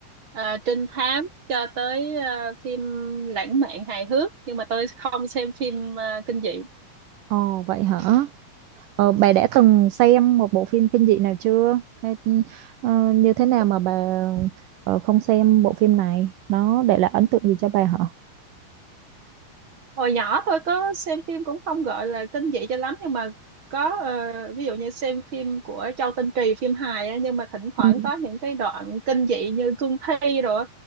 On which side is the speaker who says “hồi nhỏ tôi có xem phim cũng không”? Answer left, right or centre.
Right